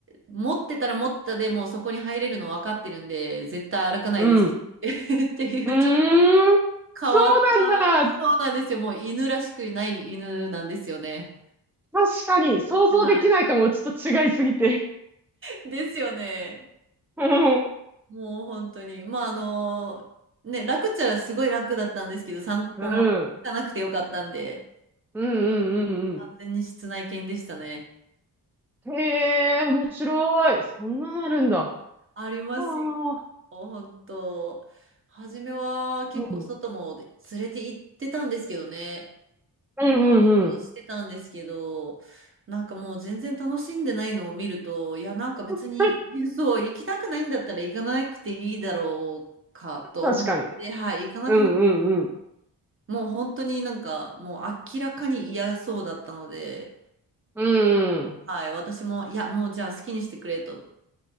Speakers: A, on the right; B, in the centre.
A: 持ってたら持ったでもうそこに入れるの分かってるんで、絶対歩かないです。
B: うん。
A: <laughs> っていう、
B: うー
A: ちょっと
B: ん、
A: 変わった、
B: そうなんだ。
A: そうなんですよ。もう犬らしくない犬なんですよね。
B: 確かに、想像できないかも。
A: はい。
B: ちょっと違いすぎて。
A: ですよね。
B: うん、うん、
A: もう本当に。まああの、ね、楽っちゃすごい楽だったんですけど、散歩も行かなくてよかったんで、
B: うん、うん、
A: 完全に室内犬でしたね。
B: うん。へえ、面白い。そんなのあるんだ。あ
A: ありますよ、
B: あ、
A: 本当。初めは結構外も連れて行ってたんですけどね。
B: うん、うん、うん、
A: 見ようとはしてたんですけど、
B: うん。
A: なんかもう全然楽しんでないのを見ると、いや、なんか別に、
B: <laughs>
A: そう、行きたくないんだったら行かなくていいだろうかと思って、
B: 確かに。
A: はい、行かなくな、
B: うん、うん、うん。
A: もう本当になんかもう明らかに嫌そうだったので、
B: うん。
A: はい、私も、いや、もうじゃあ好きにしてくれと。